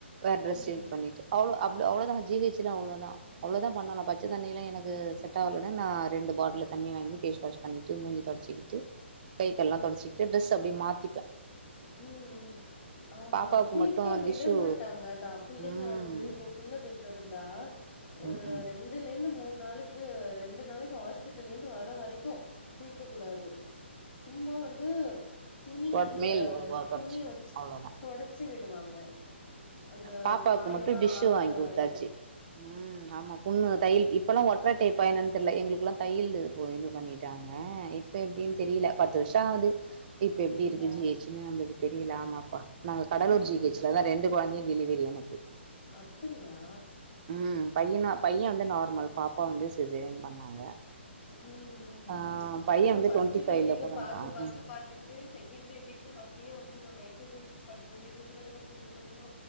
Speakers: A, on the right (about 40°); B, on the left (about 40°).
A: வேற ட்ரஸ்
B: ம்
A: சேஞ்ச் பண்ணிட்டு அவ்ளோ அவ் உங்கள அவ்ளோதா ஜி எச் லா அவ்ளோதா அவ்ளோதா பண்ணணு பச்சதண்ணில எனக்கு செட் ஆவலனன்னா ரெண்டு பாட்ல்ல தண்ணி வாங்கி பேஸ் வாஷ் பண்ணிட்டு மூஞ்சி தொடச்சிகிட்டு கைக்கெல்லா தொடச்சிகிட்டு ட்ரெஸ் அப்டியே மாத்திப்பே
B: உம் உ ஆமா
A: பாப்பாவுக்கு
B: குளிக்க
A: மட்டு
B: விட
A: டிஷ்ஷு
B: மாட்டாங்க தா பிள்ளைங்க
A: ம்
B: வந்து இப்போ பிள்ள பெத் ருந்தா ஒரு
A: ம்
B: ரெண்டுலேந்தும் மூண் நாளைக்கு ரெண்டு நாளைக்கு ஹாஸ்பிட்டல்லேருந்து வர வரைக்கு குளக்க கூடாது சும்மா வந்து துணி
A: தொட
B: ஈர
A: மேல் தொடச்சிவிட்டுரு
B: துணிய வச்சு
A: அவ்ளோதா.
B: தொடச்சி விடுவாங்க. அந்த
A: பாப்பாவுக்கு
B: காயெல்லா
A: மட்டும் டிஷ்ஷு
B: ஆறுற
A: வாங்கி குடுத்தாச்சு
B: வரைக்கு
A: உம். ஆமா புண்ணு தையல் இப்பல்லா ஒற்ற டேப்பா என்னன்னு தெரியல எங்களுக்கெல்லா தையலு இது பண்ணிட்டாங்க இப்ப எப்படின்னு தெரியல பத்து வருஷோ ஆகுது. இப்ப
B: அப்படியா
A: எப்படி இருக்கு ஜிஹெச்சின்னு நம்மளுக்கு தெரியல. ஆமாப்பா. நாங்க கடலுர்
B: ம்
A: ஜிஹெச்லதா ரெண்டு குழந்தையுமே. தெரில எனக்கு.
B: அப்படியா.
A: உம் பையனா பைய வந்து நார்மல் பாப்பா வந்து சிசேரியன் பண்ணாங்க.
B: உம் உ
A: ஆ
B: உ
A: பையன்
B: அதா
A: வந்து
B: ஃபஸ்ட்டு
A: டுவெண்ட்டி ஃபைவ்ல
B: பேபிக்கு
A: பிறந்தான்
B: பாத்து பாத்து பாத்துக்கிட்டு செக்கெண் பேபிக்கு அப்படியே. ந்து நம்ம எக்சசைஸ் பண்றது இருக்குறதுல கொஞ்சோ கொஞ்சோ.